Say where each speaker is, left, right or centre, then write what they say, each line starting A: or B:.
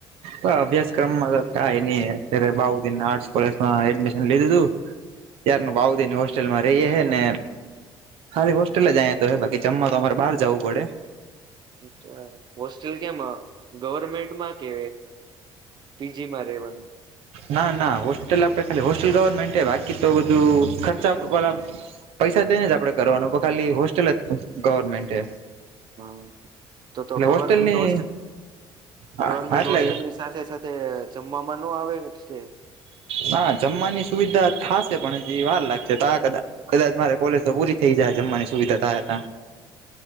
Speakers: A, on the right; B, on the right.
A: હ અભ્યાસક્રમમાં તો ક અત બાઉદીન આર્ટ કોલેજમાં એડમિશન લઈ દીધું ત્યાર ન ભઉ દેની હોસ્ટેલમાં રહીએ હ ને હારે હોસ્ટેલલે જાય તો હ બાકી જમવા તો અમારે બહાર જવું પડે
B: હ હોસ્ટેલ કેમ ગવર્મેન્ટમાં કે પીજી માં રહેેવાનું
A: ના ના હોસ્ટેલ આપડે ખાલી હોસ્ટેલ ગવર્મેન્ટ બાકી તો બધું ખર્ચા વાળા પૈસા દઈ ને જ આપડે કરવાનું ખાલી હોસ્ટેલ જ ગવર્મેન્ટ છે
B: હા તો તો ગવર્મેન્ટ
A: હોસ્ટેલની
B: ઓ
A: હા
B: ગવર્મેન્ટ
A: એટલે
B: હોસ્ટેલની સાથે સાથે જમવામાં ન આવે છે
A: નાા જમવાની સુવિધા થશે પણ હજી વાર લાગશે તો કદા કદાચ મારે કોલેજ તો પૂરી થઈ બ જ જમવાની સુવિધા થાય ત